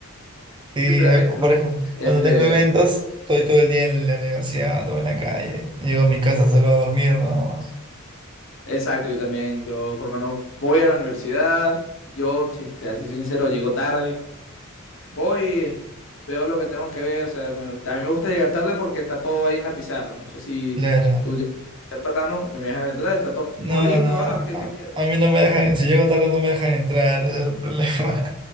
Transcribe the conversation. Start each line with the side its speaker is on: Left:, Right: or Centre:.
Right: Sí,
Left: literalmente,
Right: a- o por
Left: ¿no?
Right: ejemplo,
Left: Este,
Right: cuando tengo eventos, estoy todo el día en la universidad o en la calle. Llego a mi casa solo a dormir, nada más.
Left: exacto, yo también, yo por lo menos voy a la universidad, yo, si te soy sincero, llego tarde, voy, est- veo lo que tengo que ver, o sea, me- también me gusta llegar tarde porque está todo ahí en la pizarra, no sé si
Right: Claro.
Left: temprano me dejan entrar, está to-
Right: No,
Left: todo, listo,
Right: no.
Left: ah, qué,
Right: A,
Left: qué bien, ah,
Right: a mí
Left: aquí
Right: no
Left: está.
Right: me dejan, si llego tarde no me dejan entrar, <laughs> ese es el problema. <laughs>